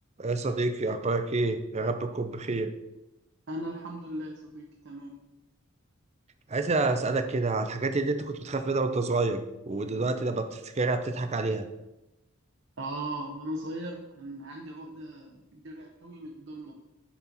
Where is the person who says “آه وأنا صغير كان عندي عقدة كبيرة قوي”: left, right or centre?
Right